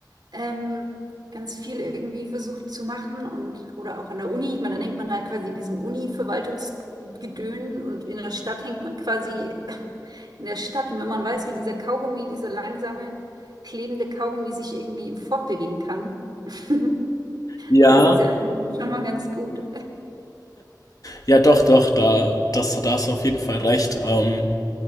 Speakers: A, on the right; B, on the left.
A: ähm, ganz viel irgendwie versucht zu machen und oder auch an der Uni. Ich meine, dann hängt man halt quasi in diesem Uni-Verwaltungsgedön und in der Stadt hängt man quasi in der Stadt. Und wenn man weiß, wie dieser Kaugummi, dieser langsame, klebende Kaugummi sich irgendwie fortbewegen kann, <laughs>
B: Ja,
A: dann ist das ja schon mal ganz gut.
B: ja, doch, doch, da, das, da hast du auf jeden Fall recht. Ähm,